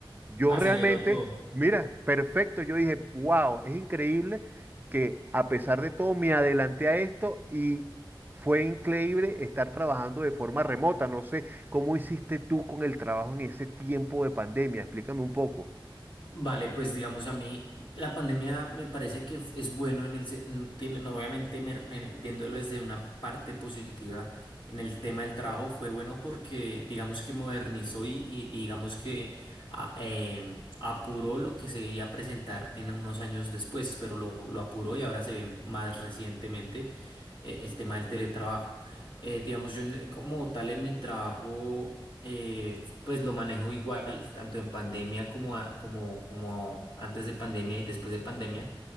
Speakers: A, on the right; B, on the left.
A: yo
B: Aceleró
A: realmente,
B: todo.
A: mira, perfecto, yo dije, wow, es increíble que a pesar de todo me adelanté a esto y fue increíble estar trabajando de forma remota. No sé cómo hiciste tú con el trabajo en ese tiempo de pandemia, explícame un poco.
B: Vale, pues digamos a mí, la pandemia me parece que f- es bueno en el, se- en- tiene- no, obviamente me- en el- viéndolo desde una parte positiva en el tema del trabajo fue bueno porque digamos que modernizó y, y- y digamos que a- em, apuró lo que se iba a presentar en unos años después, pero lo, lo apuró y ahora se ve más recientemente eh, el tema del teletrabajo. Eh, digamos, yo en- como tal en mi trabajo... eh, pues lo manejo igual, tanto en pandemia como, a- como, como antes de pandemia y después de pandemia